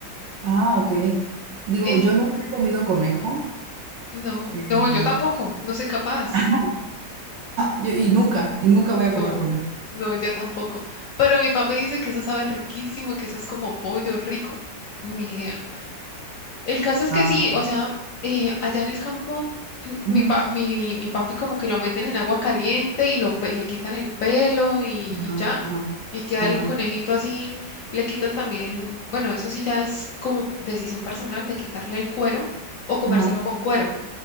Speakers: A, on the right; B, on the left.
A: Ah, ok. Digo,
B: En-
A: yo nunca he comido conejo.
B: no,
A: Eh,
B: no, yo tampoco, no soy capaz.
A: <laughs> yo- y nunca, y nunca voy a
B: No,
A: comer con él.
B: no, yo tampoco. Pero mi papá dice que eso sabe riquísimo, que eso es como pollo rico. Ni idea. El caso es que
A: Ah,
B: sí, o sea, eh, allá en el campo, <clears throat>
A: ujú,
B: mi, pa- mi, mi papi como que lo meten en agua caliente y lo, pe- le quitan el pelo y,
A: Ajá,
B: y ya.
A: ajá,
B: Y queda
A: ajá,
B: el conejito así, le quitan también, bueno, eso sí ya es como decisión personal de quitarle el cuero o comérselo
A: ajá,
B: con cuero.